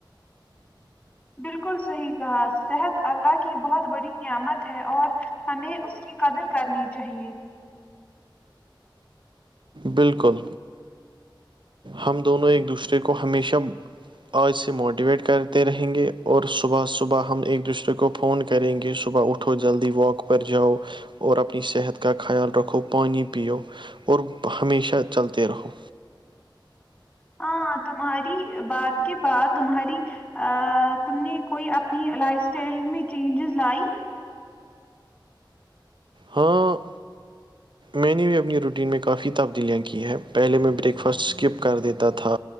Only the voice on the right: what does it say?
بالکل ہم دونوں ایک دوسرے کو ہمیشہ آج سے موٹیویٹ کرتے رہیں گے اور صبح صبح ہم ایک دوسرے کو فون کریں گے صبح اٹھو جلدی واک پر جاؤ اور اپنی صحت کا خیال رکھو پانی پو اور ہمیشہ چلتے رہو
ہاں میں نے بھی اپنی روٹین میں کافی تبدیلیاں کی ہے پہلے میں بریک فاسٹ اسکپ کر دیتا تھا